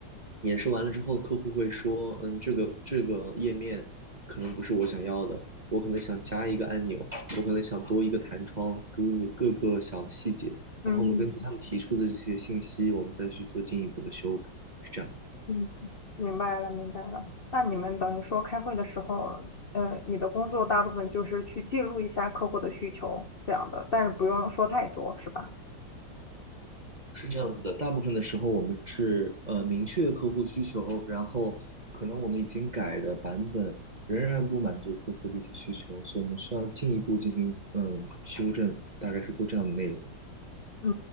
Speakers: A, on the right; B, on the left.
A: 演示完了之后，客户会说，嗯，这个这个页面可能不是我想要的，我可能想加一个按钮，我可能想多一个弹窗，各个各个小的细节，
B: 嗯。
A: 然后我们根据他们提出的这些信息，我们再去做进一步的修改，是这样子。
B: 嗯，明白了，明白了。那你们等于说开会的时候，呃，你的工作大部分就是去记录一下客户的需求这样的，但是不用说太多，是吧？
A: 是这样子的，大部分的时候我们是呃明确客户需求，然后可能我们已经改的版本仍然不满足客户的一些需求，所以我们需要进一步进行嗯修正，大概是做这样的内容。
B: 嗯，